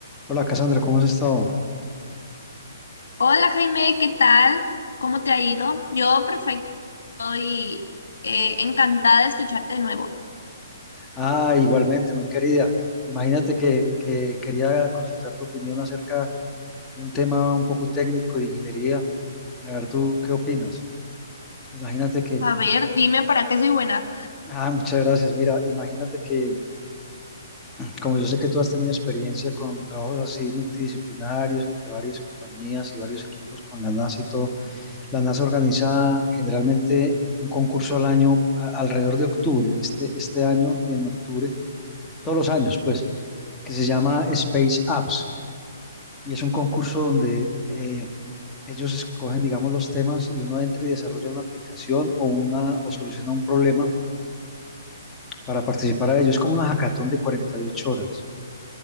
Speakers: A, on the left; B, on the left.
A: Hola Cassandra, ¿cómo has estado?
B: Hola Jaime, ¿qué tal? ¿Cómo te ha ido? Yo perfecto y eh, encantada de escucharte de nuevo.
A: Ah, igualmente, muy querida. Imagínate que, que quería consultar tu opinión acerca de un tema un poco técnico de ingeniería. A ver, ¿tú qué opinas? Imagínate que,
B: A ver, dime para qué soy buena.
A: ah, muchas gracias. Mira, imagínate que, como yo sé que tú has tenido experiencia con trabajos así multidisciplinarios entre varias compañías y varios equipos con la NASA y todo, la NASA organiza generalmente un concurso al año a- alrededor de octubre, este, este año en octubre, todos los años, pues. que se llama Space Apps y es un concurso donde eh, ellos escogen, digamos, los temas y uno entra y desarrolla una aplicación o, una, o soluciona un problema para participar a ello. Es como una hackathon de 48 horas.